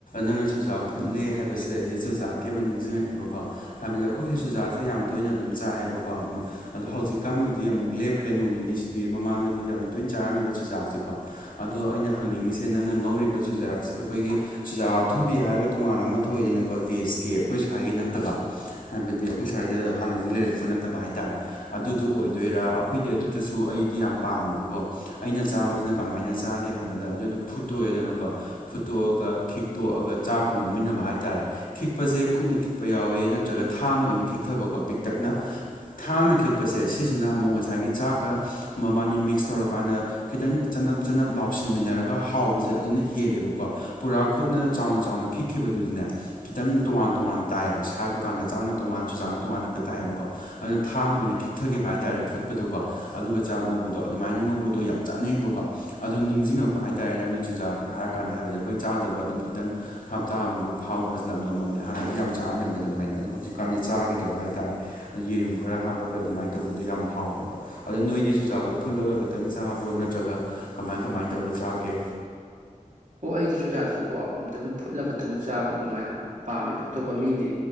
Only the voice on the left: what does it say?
ꯅꯪꯅ ꯆꯨꯖꯥꯛ ꯐꯨꯠꯂꯦ ꯍꯥꯏꯕꯁꯤꯗ ꯑꯩꯁꯦ ꯆꯨꯖꯥꯛꯀꯤ ꯑꯃ ꯅꯤꯡꯁꯤꯡꯉꯛꯑꯦꯕꯀꯣ ꯍꯥꯏꯕꯗꯤ ꯑꯩꯈꯣꯏꯒꯤ ꯆꯨꯖꯥꯛꯁꯦ ꯌꯥꯝ ꯇꯣꯏꯅ ꯑꯗꯨꯝ ꯆꯥꯏꯌꯦꯕꯀꯣ ꯑꯗꯣ ꯍꯧꯖꯤꯛꯀꯥꯟꯕꯨꯗꯤ ꯑꯃꯨꯛ ꯂꯦꯞꯈ꯭ꯔꯦ ꯅꯣꯡ ꯅꯤꯅꯤꯁꯤꯗꯤ ꯃꯃꯥꯡꯗꯗꯤ ꯌꯥꯝ ꯇꯣꯏꯅ ꯆꯥꯔꯝꯃꯤꯕ ꯆꯨꯖꯥꯛꯁꯤ ꯀꯣ ꯑꯗꯣ ꯑꯩꯅ ꯍꯪꯅꯤꯡꯉꯤꯁꯦ ꯅꯪꯅ ꯉꯧꯔꯤꯕ ꯆꯨꯖꯥꯛꯁꯦ ꯑꯩꯈꯣꯏꯒꯤ ꯆꯨꯖꯥꯛ ꯑꯊꯨꯝꯕꯤ ꯍꯥꯏꯔꯒ ꯇꯣꯉꯥꯟꯅ ꯑꯃ ꯊꯣꯛꯏꯗꯅꯀꯣ ꯗꯦꯁꯀꯤ ꯑꯩꯈꯣꯏ ꯁ꯭ꯋꯥꯏꯒꯤ ꯅꯠꯇꯕ ꯍꯥꯏꯕꯗꯤ ꯑꯩꯈꯣꯏ ꯁ꯭ꯋꯥꯏꯗ ꯍꯥꯟꯅꯗꯒꯤ ꯂꯩꯔꯛꯄ ꯅꯠꯇꯕ ꯍꯥꯏꯇꯥꯔꯦ ꯑꯗꯨꯗꯣ ꯑꯣꯏꯗꯣꯏꯔꯥ ꯑꯩꯈꯣꯏꯗꯤ ꯑꯗꯨꯗꯨꯁꯨ ꯑꯩꯗꯤ ꯌꯥꯝ ꯄꯥꯝꯃꯦꯕꯀꯣ ꯑꯩꯅ ꯆꯥꯕꯁꯤꯅ ꯀꯃꯥꯏꯅ ꯆꯥꯒꯦ ꯍꯥꯏꯕꯗꯣ ꯑꯗꯨꯗꯣ ꯐꯨꯠꯇꯣꯛꯑꯦꯗꯅꯀꯣ ꯐꯨꯠꯇꯣꯛꯑꯒ ꯈꯤꯛꯇꯣꯛꯑꯒ ꯆꯥꯛꯀ ꯉꯧꯃꯤꯟꯅꯕ ꯍꯥꯏ ꯇꯔꯦ ꯈꯤꯛꯄꯁꯦ ꯈꯨꯠꯅ ꯈꯤꯛꯄ ꯌꯥꯎꯋꯦ ꯅꯠꯇ꯭ꯔꯒ ꯊꯥꯡꯅ ꯑꯣꯏꯅ ꯈꯤꯛꯊꯕꯀꯣ ꯄꯤꯛꯇꯛꯅ ꯊꯥꯡꯅ ꯈꯤꯛꯄꯁꯦ ꯁꯤꯁꯤꯅ ꯑꯃꯨꯛ ꯉꯁꯥꯏꯒꯤ ꯆꯥꯛꯀ ꯃꯕꯥꯅꯤ ꯃꯤꯛꯁ ꯇꯧꯔꯀꯥꯟꯗ ꯈꯤꯇꯪ ꯆꯅꯞ ꯆꯅꯞ ꯂꯥꯎꯁꯤꯟꯃꯤꯟꯅꯔꯒ ꯍꯥꯎꯕꯁꯦ ꯑꯗꯨꯅ ꯍꯦꯜꯂꯦꯕꯀꯣ ꯄꯨꯔꯥ ꯈꯨꯠꯅ ꯆꯥꯎꯅ ꯆꯥꯎꯅ ꯈꯤꯛꯈꯤꯕꯗꯨꯅꯦ ꯈꯤꯇꯪ ꯇꯣꯉꯥꯟ ꯇꯣꯉꯥꯟ ꯇꯥꯏꯌꯦꯕ ꯁꯥꯏꯕ ꯀꯥꯟꯗ ꯆꯥꯛꯅ ꯇꯣꯉꯥꯟ ꯆꯨꯖꯥꯛꯅ ꯇꯣꯉꯥꯟ ꯍꯦꯛꯇ ꯇꯥꯏꯌꯦꯕꯀꯣ ꯑꯗꯨꯅ ꯊꯥꯡꯅ ꯑꯣꯏꯅ ꯈꯤꯛꯊꯈꯤꯕ ꯍꯥꯏꯇꯥꯥꯔꯦ ꯐꯨꯠꯄꯗꯨꯀꯣ ꯑꯗꯨꯒ ꯆꯥꯛ ꯉꯧꯕꯗꯣ ꯑꯗꯨꯃꯥꯏꯅ ꯉꯧꯕꯗꯣ ꯌꯥꯝ ꯆꯥꯅꯩꯉꯦꯕꯀꯣ ꯑꯗꯨ ꯅꯤꯡꯁꯤꯡꯉꯛꯄ ꯍꯥꯏꯇꯥꯔꯦ ꯅꯪꯅ ꯆꯨꯖꯥꯛ ꯍꯥꯏꯔ ꯀꯥꯟꯗ ꯍꯥꯏꯕꯗꯤ ꯑꯩꯈꯣꯏ ꯆꯥꯗꯕ ꯑꯗꯨꯝ ꯈꯤꯇꯪ ꯍꯞꯇꯥ ꯑꯃꯨꯛꯐꯥꯎ ꯐꯥꯎꯕ ꯐꯖꯜꯂꯝꯗꯧ ꯃꯥꯜꯂꯦ ꯍꯥꯟꯅꯗꯤ ꯌꯥꯝ ꯆꯥꯔꯝꯃꯦꯕ ꯑꯗꯨꯃꯥꯏꯅ ꯑꯗꯣ ꯍꯧꯖꯤꯛꯀꯥꯟꯗꯤ ꯆꯥꯈꯤꯗ꯭ꯔꯕ ꯍꯥꯏꯇꯥꯥꯔꯦ ꯑꯗꯨ ꯌꯦꯔꯨꯝ ꯈꯔ ꯍꯥꯞꯄꯒ ꯑꯗꯨꯃꯥꯏꯅ ꯇꯧꯕꯗꯣ ꯌꯥꯝ ꯍꯥꯎ꯫ꯋꯦꯕ ꯑꯗꯨ ꯅꯣꯏꯗꯤ ꯆꯨꯖꯥꯛꯇꯣ ꯐꯨꯠꯂꯒ ꯈꯛꯇꯪ ꯆꯥꯕ꯭ꯔꯣ ꯅꯠꯇ꯭ꯔꯒ ꯀꯃꯥꯏ ꯀꯃꯥꯏꯅ ꯇꯧꯔ ꯆꯥꯒꯦ